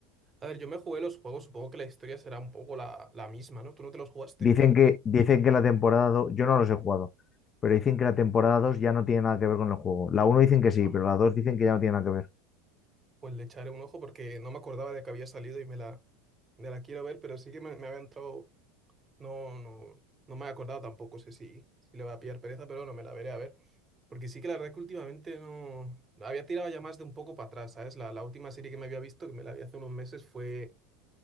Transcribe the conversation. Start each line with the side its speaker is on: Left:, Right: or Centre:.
Right: A ver, yo me jugué los juegos. Supongo que la historia será un poco la, la misma, ¿no? ¿Tú no te los jugaste?
Left: Dicen que, dicen que la temporada 2, yo no los he jugado, pero
Right: Mm.
Left: dicen que la temporada 2 ya no tiene nada que ver con el juego. La uno dicen que sí,
Right: Ah.
Left: pero la 2 dicen que ya no tiene nada que ver.
Right: Pues le echaré un ojo porque no me acordaba de que había salido y me la, me la quiero ver, pero sí que me, me había entrado, no, no, no me he acordado tampoco, sé si, si le va a pillar pereza, pero no me la veré a ver. Porque sí que la verdad que últimamente no, había tirado ya más de un poco para atrás, ¿sabes? La, la última serie que me había visto, que me la vi hace unos meses, fue,